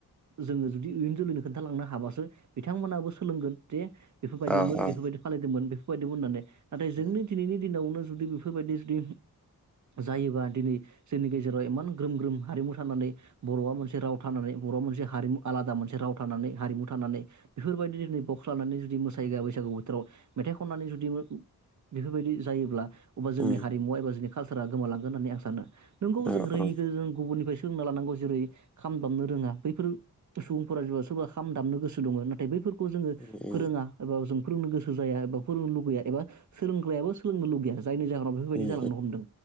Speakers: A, on the right; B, in the centre.
A: <unintelligible> जोंङो जुदि इयुन जोलैनो खोन्थालांनो हाबासो बिथांमोनाबो सोलोंगोन जे बेफोरबायदिमोन
B: औ औ
A: बेफोरबायदि खालयदोमोन बे लायदोंमोन होननानै। नाथाय
B: उम
A: जोंनि दिनैनि दिनावनो जुदि बेफोरबायदि जुदि जायोबा दिनै जोंनि गेजेराव इमान ग्रोम ग्रोम हारिमु थानानै बर'आ मोनसे राव थानानै बर'आ मोनसे हारिमु आलादा मोनसे राव थानानै हारिमु थानानै बेफोरबायदि दिनै बक्स लामनानै जुदि मोसायो बैसागु बोथोराव मेथाइ खननानै जुदि बेफोरबायदि जायोब्ला अब्ला जोंनि
B: उम
A: हारिमु एबा जों कालसारा गोमालांगोन होननानै आं सानो। नोंगौ
B: औ
A: जों रोङिखौ
B: औ
A: जों गुबुननिफ्राय सोंना लानांगौ जेरै खाम दामनो रोङा। बैफोर सुबुंफोरा जिउ आव सोरबा खाम दामनो गोसो दङ नाथाय बैफोर खौ जोङो
B: उम उम
A: फोरोङा एबा <unintelligible> फोरोंनो गोसो जाया एबा फोरोंनो लुगैया एबा सोंलोंग्रायाबो सोलोंनो लुगैया। जायनि जाहोनाव बेफोरबायदि
B: उम
A: जालांनो हमदों